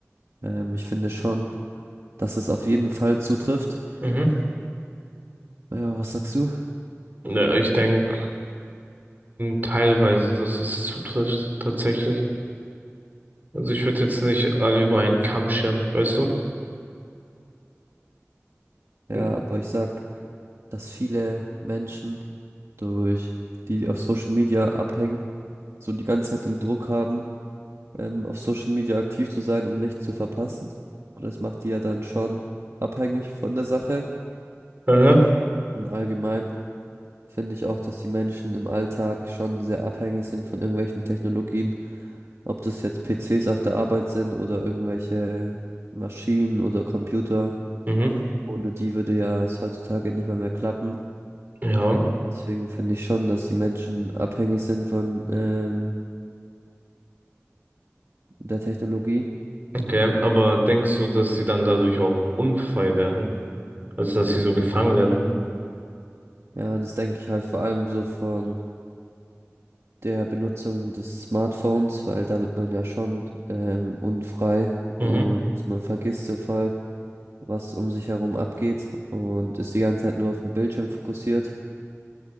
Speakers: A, on the right; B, on the right.
A: Ähm, ich finde schon, dass es auf jeden Fall zutrifft.
B: Mhm.
A: Ja, was sagst du?
B: Ja, ich denke, teilweise, dass es zutrifft, tatsächlich. Also ich würde jetzt nicht alle über einen Kamm scheren, weißt du?
A: Ja,
B: N-
A: aber ich sag, dass viele Menschen durch die, die auf Social Media abhängen, so die ganze Zeit den Druck haben ähm, auf Social Media aktiv zu sein, um nichts zu verpassen. Und das macht die ja dann schon abhängig von der Sache.
B: Aha.
A: Und allgemein finde ich auch, dass die Menschen im Alltag schon sehr abhängig sind von irgendwelchen Technologien. Ob das jetzt PCs auf der Arbeit sind oder irgendwelche Maschinen oder Computer.
B: Mhm.
A: Ohne die würde ja es heutzutage nicht mal mehr klappen.
B: Ja.
A: Deswegen finde ich schon, dass die Menschen abhängig sind von ähm, der Technologie.
B: Okay, aber denkst du, dass sie dann dadurch auch unfrei werden? Also dass sie so gefangen werden?
A: Ja, das denke ich halt vor allem so von der Benutzung des Smartphones, weil da wird man ja schon ähm, unfrei
B: Mhm.
A: und man vergisst so voll, was um sich herum abgeht und ist die ganze Zeit nur auf den Bildschirm fokussiert.